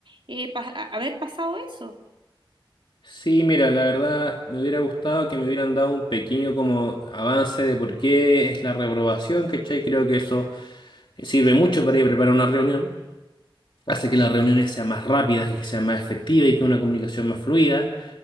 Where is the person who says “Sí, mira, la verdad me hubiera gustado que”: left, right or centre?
Left